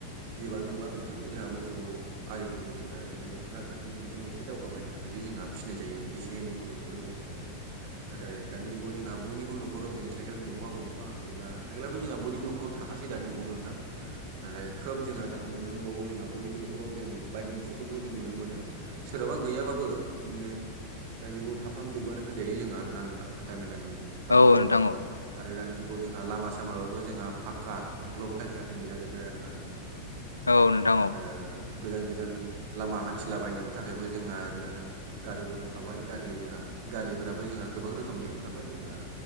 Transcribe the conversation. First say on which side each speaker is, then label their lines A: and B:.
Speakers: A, on the right; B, on the left.
A: जिबानो नंला नोंथां जोंहा मोसौ आरिफोरखौ जोंहा बिनो रांखान्थिनि बिथिङाव एसे दावगाबायनो थाखाय खायसे जोंहा फिसिनाय जायो एसे एनै मदद मोनबायायो खोमानानै नाथाय दानि जुगाव जोंहा बयनिबो न'खराव जों साइकेल गंबा गंफा एबा साइकेलावथ' जोंहा बयनिबो नखराव थाखासे दानि जुगाव नोंदां
B: ज
A: नाथाय खोब जोंहा मोनबावो जोंहा ब न'खराव जों बाइक गंसेफोरखौ जों नुनो मोनो सोरहाबा गैयाबाबो बिदिनो दानि जुगाव थाफ्राम जोबबानो होनजायो जोो आर ना नोंथां हान्था मेलानि दाख्लै
B: औ
A: बुंनो
B: नोंथां
A: थाङोब्ला
B: औ
A: आरो दानि जुगाव जोंहा लामा सामाबाबो जोंहा फाखका ब्लक थाइसारिनि जाजोब्बाय आरो ना।
B: औ नोंथां औ
A: आरो गोजान गोजान लामा हान्थिलाबायनोबो थाखायबो जोंहा ओरैनो गारिफोर थाबाय गारि हुरा गारिफोराबो जोंहा गोबां रोखोमनि ओंखारबाय जोंहा